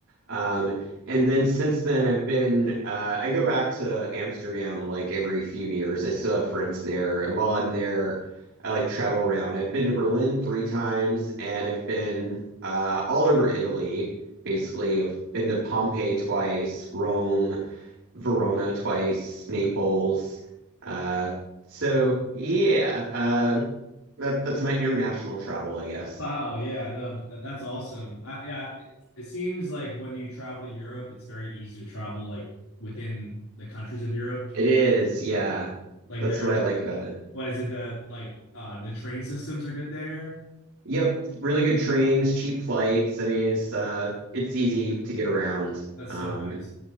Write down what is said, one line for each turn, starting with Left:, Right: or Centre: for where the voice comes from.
Right: Um, and then since then, I've been, uh, I go back to Amsterdam like every few years. I still have friends there. And while I'm there, I like travel around. I've been to Berlin three times and I've been uh, all over Italy, basically. I've been to Pompeii twice, Rome, Verona twice, Naples. Uh, so yeah, uh, that, that's my international travel, I guess.
Left: Wow, yeah, no, that, that's awesome. I, yeah, it, it seems like when you travel to Europe, it's very easy to travel like within the countries of Europe.
Right: It is, yeah.
Left: Like
Right: That's
Left: they're,
Right: what I like about it.
Left: what is it that like uh the train systems are good there?
Right: Yep, really good trains, cheap flights. I mean, it's uh it's easy to get around.
Left: That's
Right: Um
Left: so nice.